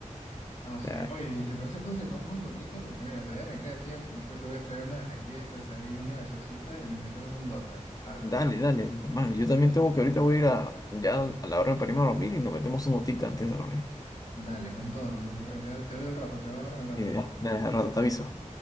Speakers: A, on the left; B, on the left.
A: No, sí.
B: ah,
A: Oye, ¿y te parece entonces si jugamos un dotita? Porque mira, todavía me queda tiempo. Creo que voy a traer unas galletas ahí, una gaseosita y nos metemos un dota. Habla.
B: dale, dale, normal, yo también tengo que ahorita voy a ir a, ya a la hora de parirme a dormir y nos metemos un notita antes de dormir.
A: Dale, con todo entonces. Oye, te, te veo al rato, te veo al rato en el dota.
B: Y ya,
A: ¿eh?
B: dale, al rato te aviso.